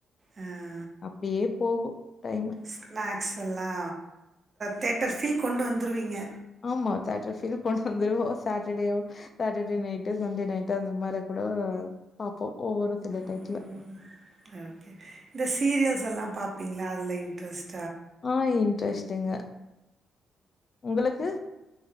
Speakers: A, on the right; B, on the left.
A: ஆ
B: அப்டியே போகு டைமு
A: ஸ்நாக்ஸ் எல்லா தேட்டர் பீல் கொண்டு வந்துருவீங்க
B: ஆமா தேட்டர்பீல் கொண்டு வந்தருவோ Saturday Saturday night, Sunday night அந்த மாரி கூட பாப்போ ஒவ்வொரு சில டைத்துல.
A: ம் ஓகே இந்த சீரியல்ஸ் எல்லா பாப்பீங்களா அதுல இன்ட்ரெஸ்ட்
B: ஆ இன்ட்ரெஸ்ட்டுங்க உங்குளுக்கு